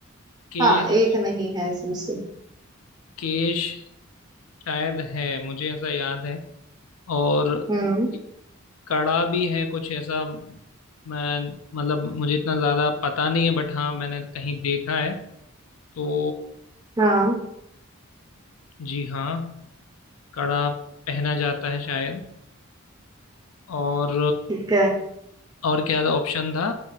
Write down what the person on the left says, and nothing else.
केश
केश शायद है मुझे ऐसा याद है और
एक कड़ा भी है कुछ ऐसा मैं मतलब मुझे इतना ज्यादा पता नहीं है बट हाँ मैंने कहीं देखा है तो
जी हाँ कड़ा पहना जाता है शायद और
और क्या ऑप्शन था